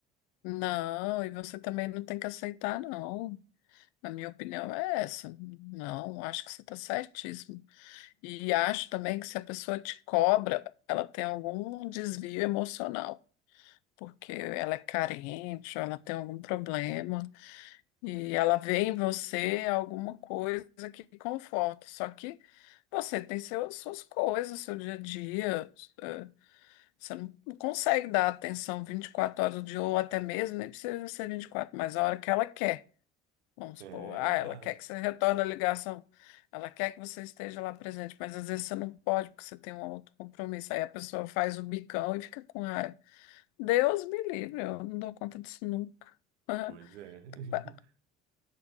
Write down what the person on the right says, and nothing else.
É,
exato.
Pois é. <laughs>